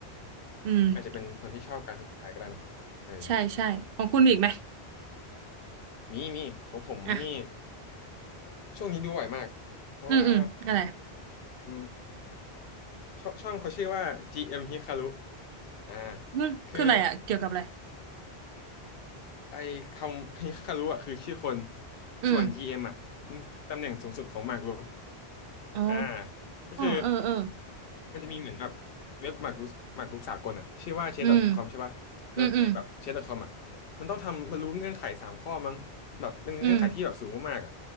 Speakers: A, on the right; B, on the left.
A: อืม
B: อาจจะเป็นคนที่ชอบการผจญภัยก็ได้เนอะเออ
A: ใช่ใช่ของคุณมีอีกไหม
B: มีมีของผมนี่
A: อ่ะ
B: ช่วงนี้ดูบ่อยมาก เพราะว่า
A: อืมอืมอะไร
B: อืมเขาช่องเขาชื่อว่า GM Hikaru อ่า
A: อืมคืออะไรอ่ะเกี่ยวกับอะไร
B: คือไอคำ Hikaru อ่ะคือชื่อคน
A: อืม
B: ส่วน GM อมอ่ะมันคือตำแหน่งสูงสุดของหมากรุก
A: อ๋อ
B: อ่าก็คือ
A: เออเออ
B: มันจะมีเหมือนแบบเว็บหมากรุกหมากรุกสากลอ่ะชื่อว่า c h
A: อืม
B: ดอท c o m ใช่ป่ะแล้วในแบบ
A: อืมอืม
B: chess.com อทคอมอ่ะมันต้องทำมัรู้เงื่อนไขสามข้อมั้งแบบเป็นเงื่อนไขที่แบบสูงมากๆอ่ะ
A: อืม